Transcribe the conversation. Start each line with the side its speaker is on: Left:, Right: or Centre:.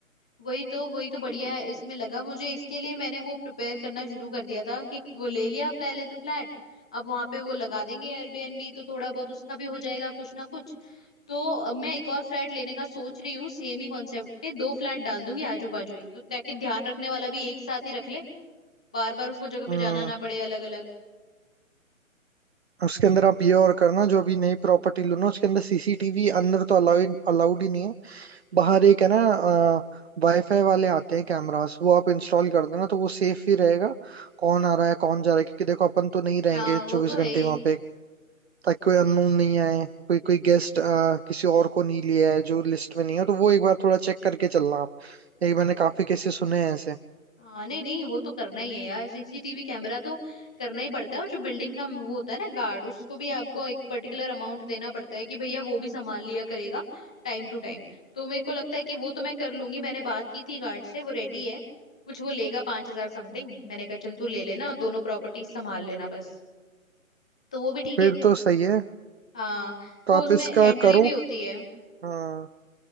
Centre: वही तो वही तो बढ़िया है इसमें लगा मुझे इसके लिए मैंने वो प्रिपेयर करना शुरू कर दिया था कि वो ले लिया पहले तो फ्लैट अब वहां पे वो लगा देंगे एयरबीएनबी तो थोड़ा बहुत उसका भी हो जाएगा कुछ ना कुछ तो अब मैं एक और फ्लैट लेने का सोच रही हूँ सेम ही कॉन्सेप्ट पे दो फ्लैट डाल दूंगी आजू बाजू ही तो ताकि ध्यान रखने वाला भी एक साथ ही रख ले बार बार उसको जगह पे
Right: हम्म
Centre: जाना ना पड़े अलग अलग
Right: उसके अंदर आप ये और करना जो अभी नई प्रॉपर्टी लो ना उसके अंदर सीसीटीवी अंदर तो अलाउड अलाउड ही नहीं है
Centre: हम्म
Right: बाहर एक है ना वाईफाई वाले आते हैं कैमरास वो आप इंस्टॉल कर देना तो वो सेफ ही रहेगा कौन आ रहा है कौन जा रहा है क्योंकि देखो अपन तो नहीं रहेंगे
Centre: हाँ वो
Right: चौबीस
Centre: तो
Right: घंटे
Centre: है
Right: वहां पे ताकि कोई अननोन नहीं आए कोई कोई गेस्ट किसी और को नहीं लिया है जो लिस्ट में नहीं है तो वो एक बार थोड़ा चेक करके चलना आप ये मैंने
Centre: ही
Right: काफी केसेस सुने हैं ऐसे
Centre: हाँ नहीं नहीं वो तो करना ही है यार सीसीटीवी कैमरा तो करना ही पड़ता है और जो बिल्डिंग का वो होता है ना गार्ड उसको भी आपको एक पर्टिकुलर अमाउंट देना पड़ता है कि भैया वो भी संभाल लिया करेगा टाइम टू टाइम तो मेरे को लगता है कि वो तो मैं कर लूंगी मैंने बात की थी गार्ड से वो रेडी है कुछ वो लेगा पांच हजार समथिंग मैंने कहा चल तू ले लेना दोनों प्रॉपर्टी संभाल लेना बस तो वो भी ठीक
Right: फिर
Centre: है
Right: तो सही है
Centre: हाँ
Right: तो
Centre: वो
Right: आप
Centre: उसमें
Right: इसका
Centre: एंट्री
Right: करो
Centre: भी होती है
Right: हाँ